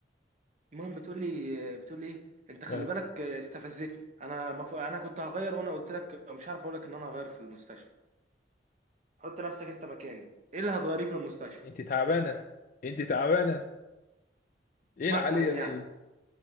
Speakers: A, on the right; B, on the left.
A: المهم بتقول لي آه، بتقول لي ايه انت خلي
B: اه
A: بالك آه، استفزتني انا مف... انا كنت هغير وانا قلت لك مش عارف اقول لك ان انا هغير في المستشفى حط نفسك انت مكاني ايه اللي هتغيريه في المستشفى
B: انت تعبانة انت تعبانة ايه
A: مثلا
B: العالية
A: يعني
B: دي؟